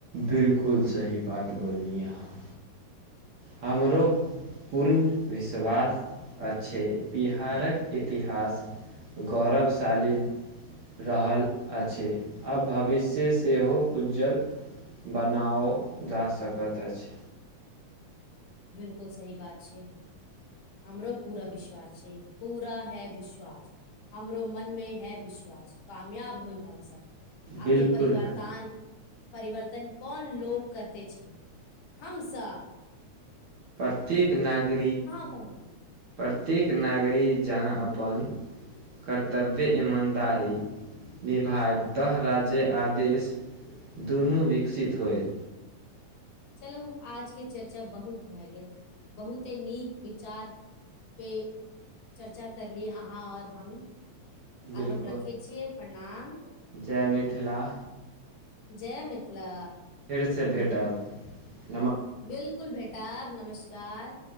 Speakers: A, on the right; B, on the left.
A: बिलकुल सही बात बोलली अहाॅं हमरो पूर्ण विश्वास आछै बिहारक इतिहास गौरवशाली रहल अछि आ भविष्य सेहो उज्ज्वल बनाओ जा सकैत अछि।
B: बिलकुल सही बात छै। हमरो पूरा विश्वास छै, पूरा है विश्वास। हमरो मनमे है विश्वास कामयाब होइब हम सब।
A: बिल्कुल,
B: आखिर परिवारतान
A: है,
B: परिवर्तन कोन लोक करते छै हमसब
A: प्रत्येक नागरी
B: कहू
A: प्रत्येक नागरी जहाँ अपन कर्तव्य, ईमानदारी, निभायब तः राज्य आदेश दुनू विकसित होयत।
B: चलू आजके चर्चा बहुत भए गेल, बहुते नीक विचार। पे, चर्चा करलिय अहाँ आऔर हम।
A: बिल्कुल।
B: आब हम रखे छियै, प्रणाम।
A: जय मिथिला,
B: जय मिथिला
A: फेर से भेंट। खिताब।
B: 'बिलकुल' भेटब नमस्कार।